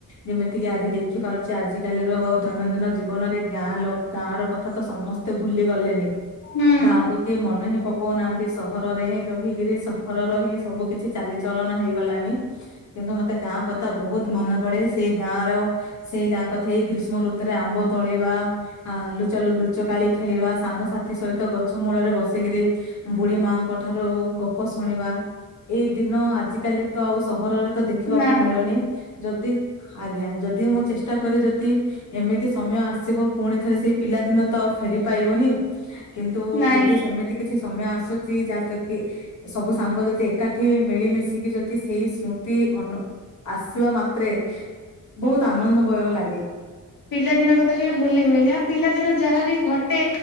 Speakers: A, on the left; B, on the left.
A: ଯେମିତି କିି ଆଜି ଦେ ଖିପାରୁଛି ଆଜିକାଲିର ଦୈନନ୍ଦିନ ଜୀବନରେ ଗାଁ ଲୋ ଗାଁ ର କଥା ତ ସମସ୍ତେ ଭୁଲି ଗଲେନି।
B: ହୁଁ
A: ଗାଁକୁ କିଏ ମନେ ହିଁ ପକଉନାହାନ୍ତି ସହ ରେ ହିଁ ରହିକିରି ସହରର ହିଁ ସବୁ କିଛି ଚାଲିଚଳନ ହେଇଗଲାଣି କିନ୍ତୁ ମତେ ଗାଁ କ ଥା ବହୁତ ମନେ ପଡେ ସେଇ ଗାଁ ର ସେଇ ଗାଁ କଥା ଏଇ ଗ୍ରୀଷ୍ମ ଋତୁରେ ଆମ୍ବ ତୋଳିବା ଆ ଲୁଚ ଲୁଚକାଳି ଖେଳିବା ସାଙ୍ଗସାଥି ସହିତ ଗଛ ମୂଳରେ ବସିକିରି ବୁଢୀ ମା ଙ୍କ ଠାରୁ ଗପ ଶୁଣିବା ଏଇ ଦିନ ଆଜିକାଲି ତ ଆଉ ସହରରେ ତ ଦେଖିବାକୁ
B: ନା
A: ମିଳୁନି। ଯଦି ଆଜ୍ଞା ଯଦି ମୁଁ ଚେଷ୍ଟା କରେ ଯଦି ଏମିତି ସମୟ ଆସିବ ପୁଣି ଥରେ ସେଇ ପିଲା ଦିନ ତ ଆଉ ଫେରି ପାଇବନି କିନ୍ତୁ
B: ନାଇଁ
A: ଯଦି ସେମିତି କିଛି ସମୟ ଆସୁ ଯାହାତଵ କି ସବୁ ସାଙ୍ଗ ଯଦି ଏକାଠି ମିଳିମିଶିକି ଯଦି ସେଇ ସ୍ମୃତି ଅନ୍ ଆସିବା ମାତ୍ରେ ବହୁତ ଆନନ୍ଦମୟ ଲାଗେ।
B: ପିଲାଦିନ କଥା ଯମା ଭୁଲି ହୁଏନି ଆଉ ପିଲାଦିନ ଯାହାବି ଘଟେ